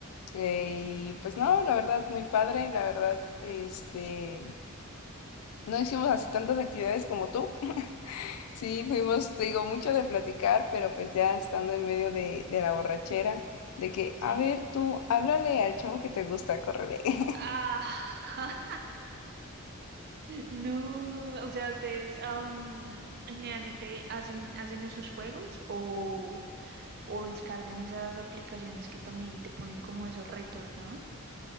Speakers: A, on the left; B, on the right.
A: eh, y pues no, la verdad, muy padre, la verdad, este, no hicimos así tantas actividades como tú. Sí, fuimos, te digo, mucho de platicar, pero pues ya estando en medio de, de la borrachera, de que,
B: Sí.
A: a ver, tú, háblale al chavo que te gusta, córrele. <laughs>
B: Ah, <laughs> No, o sea, ustedes am, generalmente hacen, hacen esos juegos o, o descargan esas aplicaciones que también te ponen como esos retos, ¿no?